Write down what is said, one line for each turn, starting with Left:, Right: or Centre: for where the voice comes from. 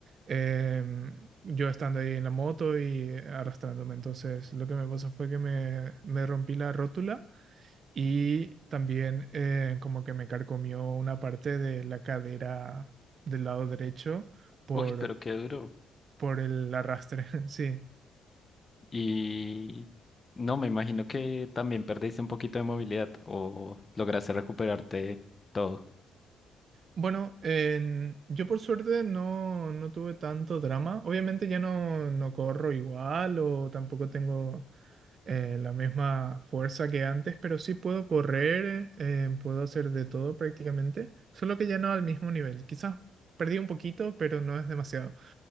Right: em, yo estando ahí en la moto y arrastrándome. Entonces lo que me pasó fue que me, me rompí la rótula y también eh, como que me carcomió una parte de la cadera del lado derecho por,
Left: uy, pero qué duro.
Right: por el arrastre. <laughs> Sí.
Left: Y no, me imagino que también perdiste un poquito de movilidad o lograste recuperarte todo.
Right: Bueno, en- yo por suerte no, no tuve tanto drama. Obviamente ya no, no corro igual o tampoco tengo eh, la misma fuerza que antes, pero sí puedo correr, eh, puedo hacer de todo prácticamente, solo que ya no al mismo nivel. Quizás perdí un poquito, pero no es demasiado.